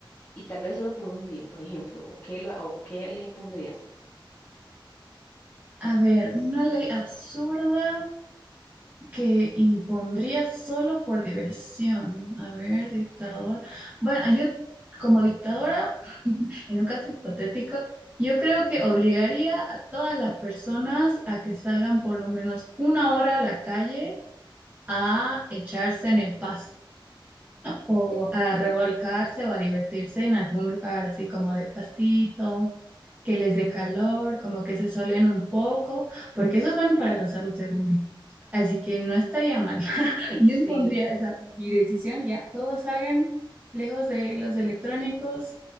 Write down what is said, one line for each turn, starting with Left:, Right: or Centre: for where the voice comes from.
Left: y tal vez solo por un día, por ejemplo, ¿o qué, lo- o qué ley pondrías?
Right: a ver, una ley absurda que impondría solo por diversión. A ver, dictador. Bueno, yo como dictadora, en un caso hipotético, yo creo que obligaría a todas las personas a que salgan por lo menos una hora a la calle a echarse en el pasto o a revolcarse o a divertirse en algún lugar así como de pastito, que les dé calor, como que se solen un poco, porque eso es bueno para la salud, según vi. Así que no estaría mal. <laughs> Yo
Left: Sí.
Right: impondría esa mi decisión, ya, todos salgan lejos de los electrónicos,